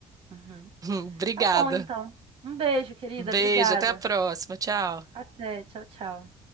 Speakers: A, on the right; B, on the right.
A: Uhum.
B: <laughs> Obrigada.
A: Tá bom, então. Um beijo, querida.
B: Beijo,
A: Obrigada.
B: até a próxima. Tchau.
A: Até. Tchau, tchau.